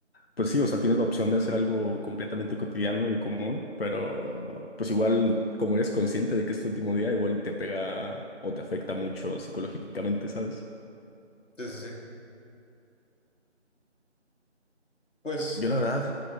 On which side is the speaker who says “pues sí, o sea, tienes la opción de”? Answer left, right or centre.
Left